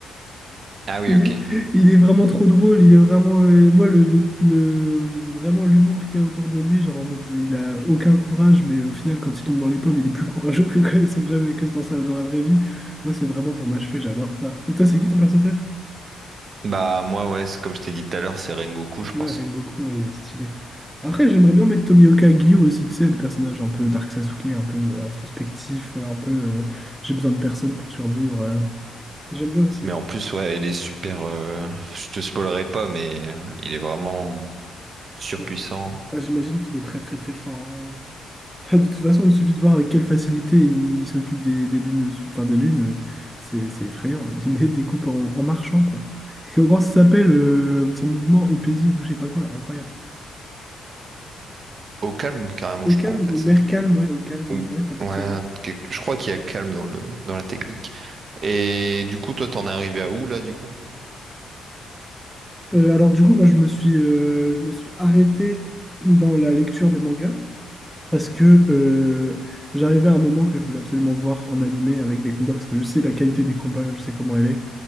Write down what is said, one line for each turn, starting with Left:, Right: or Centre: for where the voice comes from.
Right: Ah oui,
Centre: Il
Right: ok.
Centre: est, il est vraiment trop drôle, il est vraiment... euh, moi, le, le- le- vraiment l'humour qu'il y a autour de lui, genre en mode, il a aucun courage, mais au final, quand il tombe dans les pommes, il est plus courageux que, que son vrai, que dans sa, dans la vraie vie. Moi, c'est vraiment pour m'achever, j'adore ça. Et toi, c'est qui ton perso bref?
Right: Bah moi, ouais, c'est- comme je t'ai dit tout à l'heure, c'est Rengoku, je pense.
Centre: Ouais, Rengoku, ouais, il est stylé. Après, j'aimerais bien mettre Tomioka Gyo aussi, tu sais, le personnage un peu Dark Sasuke, un peu introspectif, un peu euh, j'ai besoin de personne pour survivre. euh. J'aime bien aussi.
Right: Mais en plus, ouais, il est super. euh, Je te spoilerai pas, mais euh, il est vraiment. surpuissant
Centre: Ouais. Ah, j'imagine qu'il est très très très fort. hein. Bah, De toute façon, il suffit de voir avec quelle facilité il s'occupe des, des lunes, sub- enfin des lunes, euh, c'est c'est effrayant. <laughs> Il les découpe en, en marchant, quoi. Et Comment ça s'appelle euh, son mouvement au paisible ou je sais pas quoi, incroyable.
Right: au calme carrément,
Centre: Au
Right: je
Centre: calme,
Right: crois en fait
Centre: au mer
Right: c'est.
Centre: calme, ouais, au calme,
Right: Ou-
Centre: ouais, t'as peut-être
Right: Ouais,
Centre: raison.
Right: quelque- je crois qu'il y a calme dans le dans la technique. Et du coup, toi, t'en es arrivé à où là, du coup?
Centre: Euh, alors du coup, moi je me suis, euh, je me suis arrêté dans la lecture des mangas parce que euh, j'arrivais à un moment que je voulais absolument voir en animé avec des combats parce que je sais la qualité des combats, je sais comment elle est.